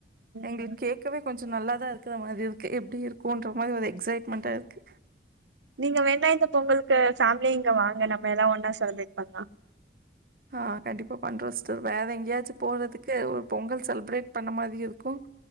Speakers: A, on the right; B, on the right.
A: ம்
B: எங்ளுக்கு கேட்கவே கொஞ்சோ நல்லா தா இருக்கற மாரி இருக்கு எப்டி இருக்குன்ற மாரி ஒரு எக்ஸ்சைட்மெண்ட்டா இருக்கு
A: நீங்க வேணா இந்த பொங்ககுளுக்கு ஃபேமிலி இங்க வாங்க நம்ம எல்லா ஒன்னா செலிபிரேட் பண்லா
B: ஆ கண்டிப்பா பண்றோ சிஸ்டர் வேற எங்கேயாச்சு போறதுக்கு ஒரு பொங்கல் செலிப்ரேட் பண்ண மாதியும் இருக்கும்